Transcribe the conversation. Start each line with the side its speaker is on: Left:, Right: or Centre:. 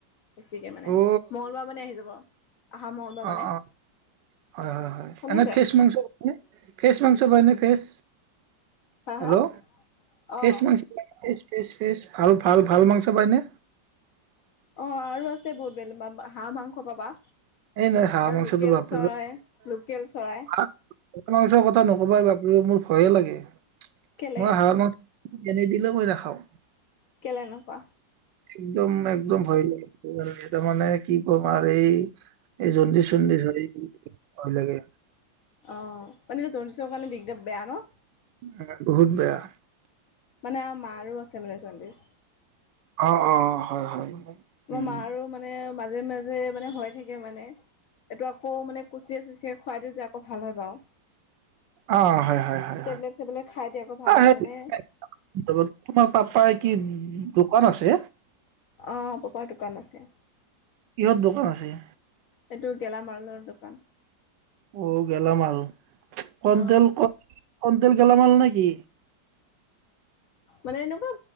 Left: বেছিকে মানে,
Right: অ'
Left: মঙ্লবাৰ মানে আহি যাব। অহা মঙ্গলবাৰ
Right: অ'
Left: মানে
Right: অ' হয় হয় হয়
Left: শুনিছে
Right: এনে ফেচ মাংস <unintelligible> ফেচ মাংস <unintelligible> নে ফেচ
Left: হা
Right: হেল্ল'
Left: হা
Right: ফেচ
Left: অ
Right: ম <unintelligible> ফ ফে ফে ভাল ভাল ভাল মাংস পাইনে?
Left: অ' আৰু আছে বহুত বেলেগ হাঁহ মাংস পাবা।
Right: এই নাই হাঁাৱাৰ
Left: আৰু
Right: মাংসটো
Left: লোকেল
Right: বাপ
Left: চৰাই
Right: <unintelligible> <unintelligible>
Left: লোকেল চৰাই
Right: মাছৰ মাংসৰ কথা নকবা বাপৰে মোৰ ভয়ে লাগে,
Left: কেলে
Right: মই হাঁহৰ মাংস এনেই দিলেও মই নাখাওঁ।
Left: কেলে এনেকুৱা
Right: একদম একদম ভয় লাগে। এ তাৰ মানে কি ক'ম আৰু এই এই জণ্ডি চণ্ডি চ <unintelligible> ভয় লাগে।
Left: অ' মানেটো জডিছৰ কাৰণে দিগদাৰ বেয়া ন?
Right: অ, বহুত বেয়া।
Left: মানে আমাৰ মাৰো আছে মানে জনডিছ।
Right: অহ', অহ'। হয় হয়। উম।
Left: আমাৰ মাৰো মানে মাজে-মাজে মানে হৈ থাকে মানে। এইটো আকৌ মানে কুচিয়ে চুচিয়ে খুৱাই দিওঁ যে, আকৌ ভাল হয় বাৰু।
Right: অহ, হয় হয় হয়।
Left: টেবলেট চেবলেট খাই দিয়ে আকৌ ভাল
Right: অহ
Left: হয় মানে
Right: সেই <unintelligible> তোমাৰ পাপাই কি, দোকান আছে।
Left: অহ, পাপাৰ দোকান আছে।
Right: কিহৰ দোকান আছে।
Left: এইটো গেলামালৰ দোকান।
Right: অহ গেলামাৰ, কনটেল
Left: অ'
Right: কনটেল গেলামাল নেকি?
Left: মানে এনেকুৱা,